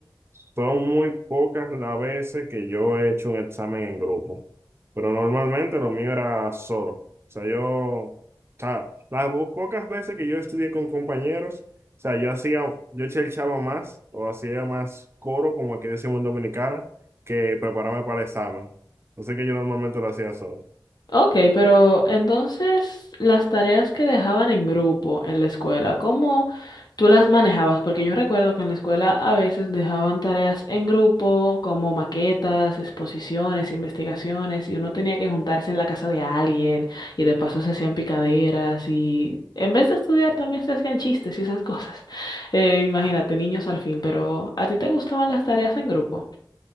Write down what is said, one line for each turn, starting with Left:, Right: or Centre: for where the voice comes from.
Right: Son muy pocas las veces que yo he hecho un examen en grupo, pero normalmente lo mío era solo. O sea, yo, o sea, las po- pocas veces que yo estudié con compañeros, o sea, yo hacía, yo chava más o hacía más coro, como aquí decimos en Dominicana, que prepararme para el examen. Así que yo normalmente lo hacía solo.
Left: Ok, pero entonces las tareas que dejaban en grupo en la escuela, ¿cómo tú las manejabas? Porque yo recuerdo que en la escuela a veces dejaban tareas en grupo, como maquetas, exposiciones, investigaciones, y uno tenía que juntarse en la casa de alguien, y de paso se hacían picaderas, y en vez de estudiar también se hacían chistes y esas cosas. <laughs> Eh, imagínate, niños al fin, pero ¿a ti te gustaban las tareas en grupo?